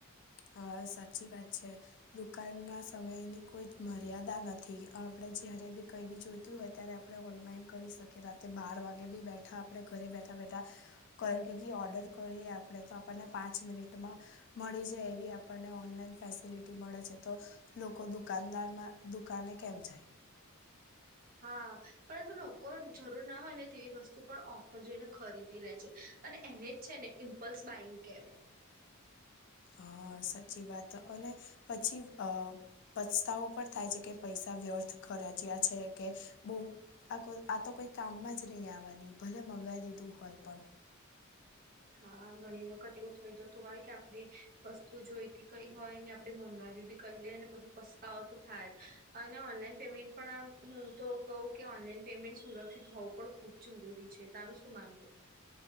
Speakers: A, on the left (about 55°); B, on the right (about 40°).
A: હા સાચી વાત છે. દુકાનના સમયની કોઈ જ મર્યાદા નથી. આપણે જયારે બી કઈ બી જોઈતું હોય ત્યારે આપણે ઓનલાઈન કરી શકીએ. રાતે બાર વાગે બી બેઠા આપણે ઘરે બેઠા -બેઠા કઈ બી ઓર્ડર કરીએ આપડે તો આપણને પાંચ મિનિટમાં મળી જાય. એ આપણને ઓનલાઈન ફેસિલિટી મળે છે. તો લોકો દુકાનદારમાં દુકાને કેમ જાય?
B: હા પરંતુ લોકો હે ને જરૂર ના હોય ને તેવી વસ્તુ પણ ઓફર જોઈને ખરીદી લે છે. અને એને જ છે ને ઇમ્પલ્સ બાઈંગ કહેવાય.
A: હા સાચી વાત અને પછી અ પસ્તાવો પણ થાય છે કે પૈસા વ્યર્થ ખર્ચયા છે કે બહુ આ કોઈ આ તો કોઈ કામમાં જ નહીં આવવાની. ભલે મંગાઈ દીધું હોય પણ.
B: હા ઘણી વખત એવું થઈ જતું હોય કે આપણે વસ્તુ જોઈતી કઈ હોય ને આપડે મંગાવી બી કહી લે ને પછી પસ્તાવો તો થાય જ અને ઓનલાઈન પેમેન્ટ પણ આમ હું તો કઉ કે ઓનલાઈન પેમેન્ટ સુરક્ષિત હોવું પણ ખુબ જરૂરી છે. તારું શું માનવું?